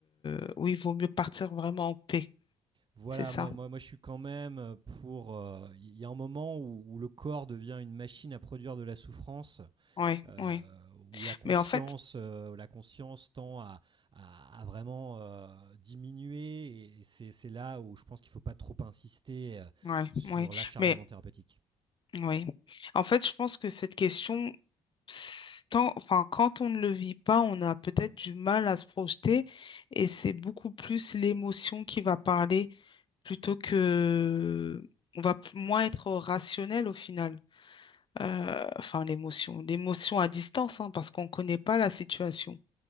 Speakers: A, on the left (about 40°); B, on the right (about 40°).
A: euh, oui, il vaut mieux partir vraiment en paix.
B: voilà,
A: C'est ça.
B: moi, moi, moi je suis quand même euh, pour. euh, Il y a un moment où, où, le corps devient une machine à produire de la souffrance,
A: Oui,
B: euh,
A: oui.
B: où la conscience,
A: Mais en fait,
B: euh, la conscience tend à, à, à vraiment euh, diminuer, et et c'est c'est là où je pense qu'il ne faut pas trop insister euh,
A: oui,
B: sur
A: oui.
B: l'acharnement
A: Mais
B: thérapeutique.
A: Oui. En fait, je pense que cette question, c'est tant, enfin, quand on ne le vit pas, on a peut-être du mal à se projeter et c'est beaucoup plus l'émotion qui va parler plutôt que on va p- moins être rationnel au final. Euh, enfin, l'émotion, l'émotion à distance, hein, parce qu'on ne connaît pas la situation.